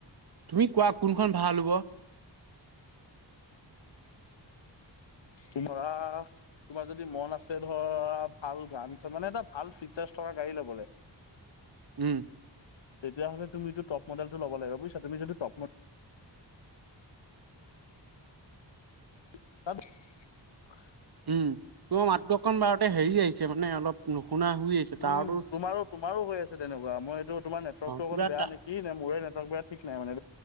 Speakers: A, on the right; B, on the left.
A: তুমি কোৱা কোনখন ভাল হ'ব।
B: তোমাৰৰা তোমাৰ যদি মন আছে ধৰা ভাল গান চান মানে এটা ভাল ফিচাৰ- থকা গাড়ী ল'বলৈ।
A: উম।
B: তেতিয়াহ'লে তুমিতো টপ মডেলটো ল'ব লাগিব বুজিছা তুমি যদিটো টপ মডেল <unintelligible>
A: উম, তোৰ মাত্ৰ অকণ বাৰতে হেৰি আহিছে মানে অলপ নুশুনা শুই আহিছে
B: উম
A: তাৰটোৰ
B: তোমাৰো তোমাৰো হৈ আছে তেনেকুৱা মই এইটো তোম নেটৱৰ্কটো
A: কিবা
B: অকণ বেয়া
A: টা
B: নেকি নে মোৰে নেটৱৰ্ক বেয়া ঠিক নাইানে?